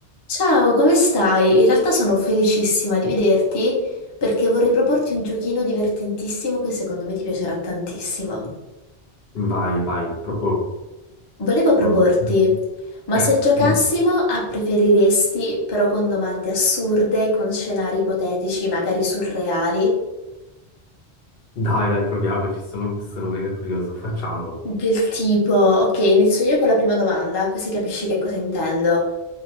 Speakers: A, on the left; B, on the left.
A: Ciao, come stai? In realtà sono felicissima di vederti perché vorrei proporti un giochino divertentissimo che secondo me ti piacerà tantissimo.
B: Vai, vai, proprio
A: Volevo proporti,
B: curioso.
A: ma
B: Eh,
A: se giocassimo
B: dimmi.
A: a preferiresti, però con domande assurde, con scenari ipotetici, magari surreali,
B: Dai, dai, proviamoci, sono, sono mega curioso, facciamolo.
A: del tipo, ok, inizio io con la prima domanda, così capisci che cosa intendo.